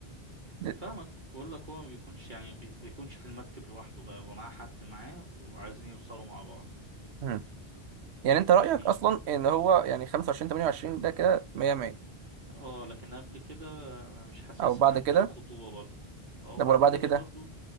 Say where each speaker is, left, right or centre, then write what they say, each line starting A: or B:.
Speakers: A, on the right (about 90°); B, on the right (about 50°).
A: د-
B: فاهمك بقول لك هو ما بيكونش يعني بي- بيكونش في المركب لوحده بقى هو معاه حد معاه وعايزين يوصلوا مع بعض
A: مم. يعني انت رايك
B: يعني
A: اصلا ان هو يعني 25 28 ده كده 100 100
B: اه لكن قبل كده انا مش حاسسها
A: او بعد
B: حتى
A: كده
B: لو خطوبة برضو آه، وبعد
A: ده ولا بعد
B: كده
A: كده
B: برضو